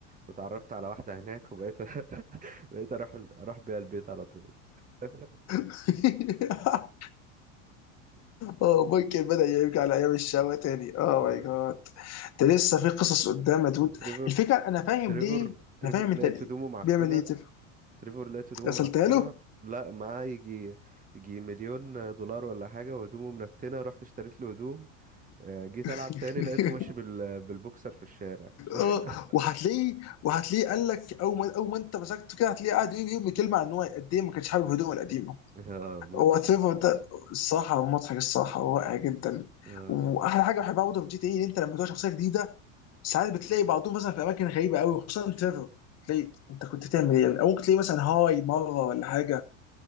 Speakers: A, on the right; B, on the left.
A: وتعرفت على واحدة هناك وبقيت <laughs> بقيت اروح اروح بيها البيت على طول <laughs>
B: <laughs> اه مايكل بدأ يرجع لأيام الشقاوة تاني اه
A: آه،
B: ماي جاد ده لسه في قصص قدام يا دود
A: وتريفر
B: الفكرة أنا فاهم
A: تريفر
B: ليه
A: تريفر
B: أنا فاهم
A: لقيت
B: أنت ليه
A: هدومه معفنة
B: بيعمل إيه تف
A: تريفر لقيت هدومه
B: غسلتها
A: معفنة
B: له
A: لا معاه يجي يجي مليون دولار ولا حاجة وهدومه منتنة رحت اشتريت له هدوم آه، جيت ألعب
B: <laughs>
A: تاني لقيته ماشي بال... بالبوكسر في الشارع <laughs>
B: اه وهتلاقيه وهتلاقيه قال لك أول ما أول ما أنت مسكته كده هتلاقيه قاعد يقول يوم كلمة عن إن هو قد إيه ما كانش حابب هدومه القديمة
A: اه ممكن
B: وات ايفر ده الصراحة مضحك الصراحة رائع جدا
A: اه
B: وأحلى
A: يعني.
B: حاجة بحبها برضه في جي تي إيه إن أنت لما تبقى شخصية جديدة ساعات بتلاقي بعضهم مثلا في اماكن غريبه قوي خصوصا تريفر تلاقي انت كنت تعمل ايه او ممكن تلاقي مثلا هاي مره ولا حاجه